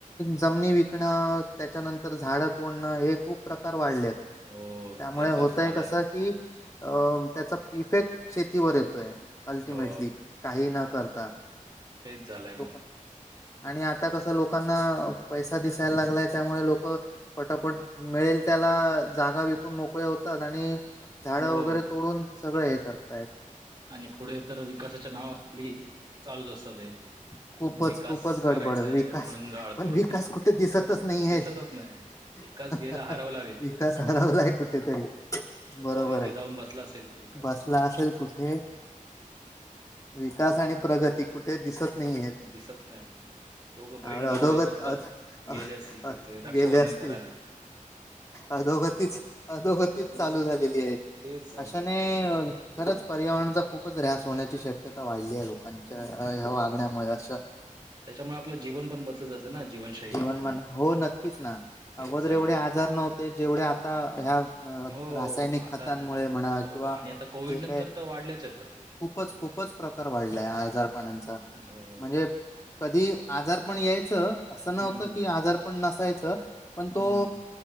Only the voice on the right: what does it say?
हो
ते तर
झालंय
हो
तेच झालंय
ना
हो
आणि पुढे तर विकासाच्या नावाखाली चालूच असतात ते
विकास
करायचाय
म्हणून झाडतोड
हं,
दिसतच नाही विकास गेला हरवला
तो
गावी गे
जाऊन बसला असेल विकास
दिसत नाही आहे. दोघं बहीण
भाऊ एकत्र
गेले असतील कुठेतरी
रक्षाबंधन
करायला.
अ,
तेच झालंय.
हो.
त्याच्यामुळे आपलं जीवन पण बदल जातं. ना जीवनशैली
पूर्ण
तेच
झालंय.
हो
आता
हो
आणि आता कोविड
नंतर तर वाढलेच आहेत भरपूर.
हो.
हम्म.
हम्म.